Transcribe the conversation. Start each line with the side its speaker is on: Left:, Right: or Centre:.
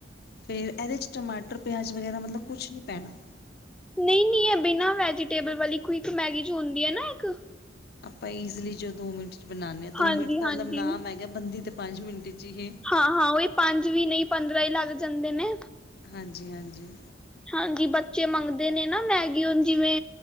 Left: ਫੇਰ ਇਹਦੇ'ਚ ਟਮਾਟਰ, ਪਿਆਜ਼, ਵਗੈਰਾ ਮਤਲਬ ਕੁਛ ਨਹੀਂ ਪੈਣਾ।
Centre: ਨਹੀਂ ਨਹੀਂ ਇਹ ਬਿਨਾਂ ਵੈਜੀਟੇਬਲ ਵਾਲੀ ਕੋਈ ਇੱਕ ਮੈਗੀ ਜੋ ਹੁੰਦੀ ਹੈ ਨਾ ਇੱਕ
Left: ਆਪਾਂ ਈਜ਼ਲੀ ਜੋ ਦੋ ਮਿੰਟ 'ਚ ਬਣਾਉਂਦੇ ਹਾਂ ਦੋ
Centre: ਹਾਂਜੀ
Left: ਮਿੰਟ ਤਾਂ
Centre: ਹਾਂਜੀ
Left: ਮਤਲਬ ਨਾਮ ਹੈਗਾ ਬੰਦੀ ਤਾਂ ਪੰਜ ਮਿੰਟ 'ਚ ਹੀ
Centre: ਹਾਂ ਹਾਂ ਉਹੀ ਪੰਜ ਵੀ ਨਹੀਂ ਪੰਦਰਾਂ ਹੀ ਲੱਗ ਜਾਂਦੇ ਨੇ
Left: ਹਾਂਜੀ ਹਾਂਜੀ
Centre: ਹਾਂਜੀ ਬੱਚੇ ਮੰਗਦੇ ਨੇ ਨਾ ਮੈਗੀ ਹੂਨ ਜਿਵੇਂ